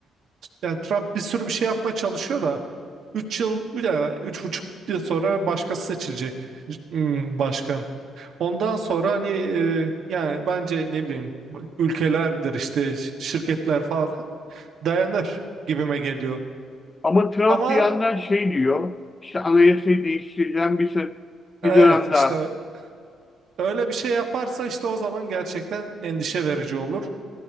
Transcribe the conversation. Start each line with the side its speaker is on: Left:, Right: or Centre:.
Right: Yani Trump bir sürü bir şey yapmaya çalışıyor da 3 yıl yani üç buçuk yıl sonra başkası seçilecek hmm, başkan. Ondan sonra hani e, yani bence ne bileyim bu ülkelerdir işte şirketler falan dayanır gibime geliyor.
Left: Ama Trump
Right: Ama
Left: bir yandan şey diyor, işte anayasayı değiştireceğim bir, se- bir
Right: evet
Left: dönem daha
Right: işte Öyle bir şey yaparsa işte o zaman gerçekten endişe verici olur.